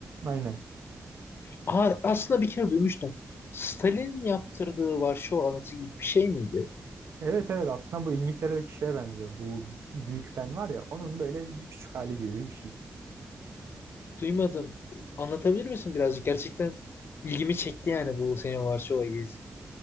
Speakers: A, on the right; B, on the left.
A: Aynen.
B: Aa, aslında bir kere duymuştum. Stalin yaptırdığı Varşova anıtı gibi bir şey miydi?
A: Evet evet aslında bu İngiltere'deki şeye benziyor. Bu Büyük Ben var ya onun böyle bir küçük hali gibi bir şey.
B: Duymadım. Anlatabilir misin birazcık? Gerçekten ilgimi çekti yani bu senin Varşova gezin.